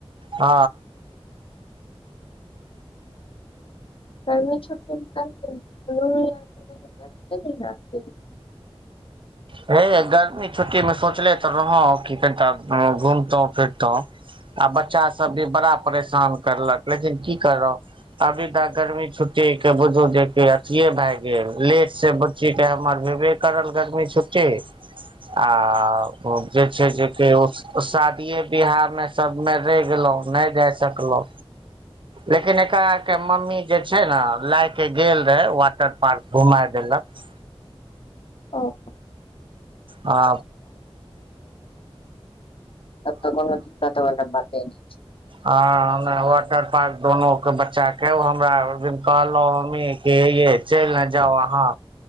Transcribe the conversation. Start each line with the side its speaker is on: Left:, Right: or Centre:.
Right: आ
Left: <inaudible>
Right: हे गर्मी छुट्टी में सोचले तऽ रहो की कनिटा घूमतो फिरतो आ बच्चा सब भी बड़ा परेशान करलक लेकिन की करब अभी तऽ गर्मी छुट्टी के बुझू जे अथिए भए गेल लेट से ची कहे हमर भेबे करल गर्मी छुट्टी आ जे छै जे के शादियए बिवाहमे सभमे रेह गेलो नय जाय सकलहुँ लेकिन एकरा के मम्मी जे छै ने लायके गेल रहे वाटर पार्क घुमााय देलक
Left: <inaudible> <inaudible> तब
Right: आ
Left: तऽ कोनो तिक्कत बला बाते नय छै
Right: आ वाटर पार्क दुोनू के बच्चा के हमरा एक दिन कहलो हम ही हे ये चइल न जाउ अहाँ